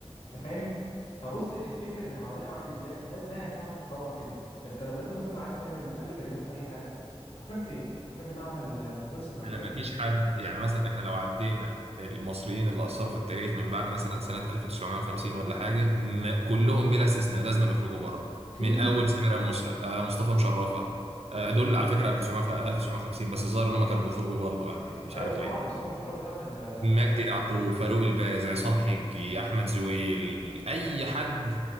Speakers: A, on the left; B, on the right.
A: انت فاهم فبص الفكر اللي حوالينا عامل ازاي ده ازاي هيساعدك تطور كده انت لما تيجي مثلا عايز تعمل اي تجربه في اي حاجه هتروح فين هتروح لمعمل آه، البحوث اللي عندنا
B: لما فيش حد يعني مثلا احنا لو عدينا المصريين اللي اثروا في التاريخ من بعد مثلا سنه 1950 ولا حاجه ما كلهم بلا استثناء لازم يخرجوا بره
A: اكيد
B: من اول سمير موسى آه، مصطفى مشرفه آه، دول على فكره قبل 1900 1950 بس الظاهر ان هم كانوا بيخرجوا برضه يعني مش
A: ايوه
B: عارف
A: طبعا
B: ليه
A: مصطفى مشرفه ده كان ده
B: مجدي
A: تقريبا
B: يعقوب فاروق الباز عصام حجي احمد زويل اي حد